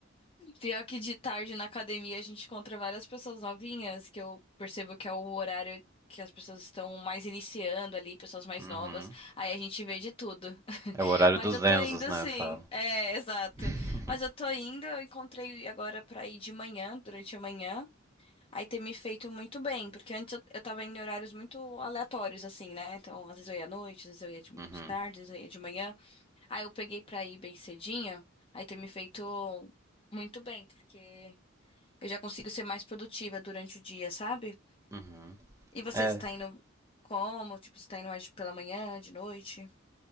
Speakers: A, on the left; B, on the right.
A: Pior que de tarde na academia a gente encontra várias pessoas novinhas, que eu percebo que é o horário que as pessoas estão mais iniciando ali, pessoas mais
B: Uhum.
A: novas. Aí a gente vê de tudo. <laughs>
B: É o horário
A: Mas
B: dos
A: eu tô
B: Enzos,
A: indo
B: né?
A: sim.
B: Fala.
A: É, exato.
B: <laughs>
A: Mas eu tô indo, eu encontrei agora pra ir de manhã, durante a manhã. Aí ter me feito muito bem, porque antes eu, eu tava em horários muito aleatórios, assim, né? Então, às vezes eu ia à noite, às vezes eu ia de,
B: Uhum,
A: de tarde, às vezes eu ia de manhã. Aí eu peguei pra ir bem cedinha, aí ter me feito muito bem, porque eu já consigo ser mais produtiva durante o dia, sabe?
B: uhum.
A: E você,
B: É,
A: você tá indo como? Tipo, você tá indo mais pela manhã, de noite?